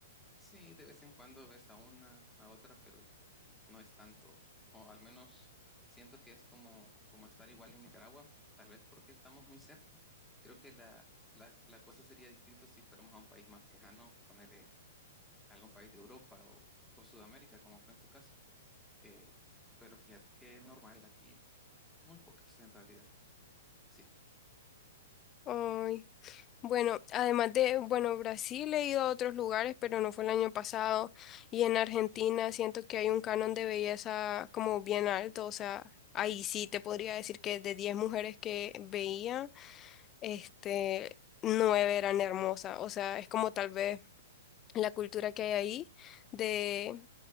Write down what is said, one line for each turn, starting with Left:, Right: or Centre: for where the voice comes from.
Centre: Sí, de vez en cuando ves a una, a otra, pero no es tanto, o al menos siento que es como, como estar igual en Nicaragua, tal vez porque estamos muy cerca. Creo que la, la, la cosa sería distinta si fuéramos a un país más lejano, ponerle algún país de Europa o, o Sudamérica, como fue en tu caso. Eh, pero fíjate que es normal aquí, muy pocas en realidad. Sí,
Left: Ay. Bueno, además de, bueno, Brasil he ido a otros lugares, pero no fue el año pasado. Y en Argentina siento que hay un canon de belleza como bien alto. O sea, ahí sí te podría decir que de 10 mujeres que veía, este, 9 eran hermosas. O sea, es como tal vez la cultura que hay ahí de